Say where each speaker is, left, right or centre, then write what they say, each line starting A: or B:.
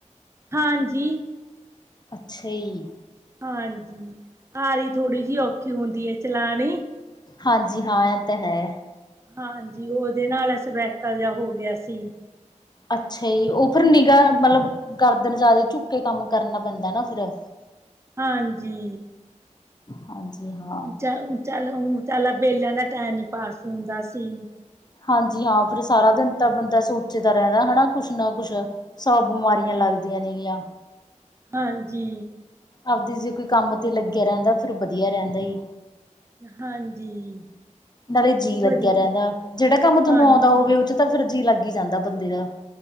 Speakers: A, on the right; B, on the left.
A: ਹਾਂਜੀ।
B: ਅੱਛਾ ਜੀ।
A: ਹਾਂਜੀ, ਆਰੀ ਥੋੜੀ ਜਿਹੀ, ਔਖੀ ਹੁੰਦੀ ਹੈ ਚਲਾਣੀ।
B: ਹਾਂਜੀ ਹਾਂ, ਇਹ ਤਾਂ ਹੈ।
A: ਹਾਂਜੀ ਉਹਦੇ ਨਾਲ, ਸਵੈਕਲ ਜਿਹਾ ਹੋ ਗਿਆ ਸੀ।
B: ਅੱਛਾ ਜੀ। ਉਹ ਫੇਰ ਨਿਗਾਹ ਮਤਲਬ, ਗਰਦਨ ਜ਼ਿਆਦਾ, ਝੁੱਕ ਕੇ ਕੰਮ ਕਰਨਾ ਪੈਂਦਾ ਨਾ ਫੇਰ,
A: ਹਾਂਜੀ।
B: ਹਾਂਜੀ ਹਾਂ।
A: ਚ ਚੱਲ ਹ ਚੱਲ ਵਿਹਲਿਆਂ ਦਾ, ਟਾਈਮ ਨੀ ਪਾਸ ਹੁੰਦਾ ਸੀ।
B: ਹਾਂਜੀ ਹਾਂ, ਫੇਰ ਸਾਰਾ ਦਿਨ ਤਾਂ ਬੰਦਾ ਸੋਚਦਾ ਰਹਿੰਦਾ। ਹਨਾ ਕੁਛ ਨਾ ਕੁਛ, ਸੋ ਬਿਮਾਰੀਆਂ
A: ਹਾਂ
B: ਲੱਗਦੀਆਂ ਨੇਗੀਆਂ।
A: ਹਾਂਜੀ।
B: ਆਪਦੀ ਜੀ, ਕੋਈ ਕੰਮ ਤੇ ਲੱਗਿਆ ਰਹਿੰਦਾ। ਫੇਰ ਵਧੀਆ ਰਹਿੰਦਾ ਹੀ।
A: ਹਾਂਜੀ
B: ਨਾਲੇ ਜੀਅ ਲੱਗਿਆ
A: ਵਧੀਆ
B: ਰਹਿੰਦਾ। ਜਿਹੜਾ ਕੰਮ ਤੁਹਾਨੂੰ
A: ਹਾਂਜੀ
B: ਆਉਂਦਾ ਹੋਵੇ। ਉਹ ਚ ਤਾਂ ਫੇਰ ਜੀ ਲੱਗ ਹੀ ਜਾਂਦਾ ਬੰਦੇ ਦਾ।